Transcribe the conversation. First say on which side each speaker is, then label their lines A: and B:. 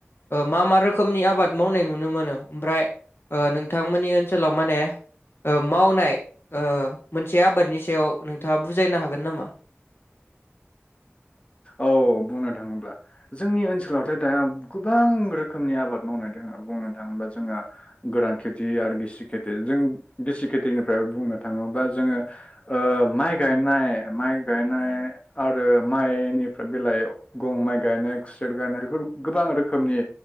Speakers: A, on the left; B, on the left.
A: मा मा रोखोमनि आबाद मावनाय नुनो मोनो ओमफ्राय नोंथांमोननि ओनसोलाव माने मावनाय मोनसे आबादनि सायाव नोंथाङा बुजायनो हागोन नामा?
B: औ बुंनो थाङोब्ला जोंनि ओनसोलावथ' दा गोबां रोखोमनि आबाद मावनाय दङ बुंनो थाङोबा जोंहा गोरान खेथि आरो गिसि खिथि जों गिसि खिथिनिफ्राय बुंनो थाङोबा जोङो माइ गायनाय माइ गायनाय आरो माइ निफ्राय बेलायाव गं- माइ गायनाय खुसेर गायनाय बेफोर गोबां रोखोमनि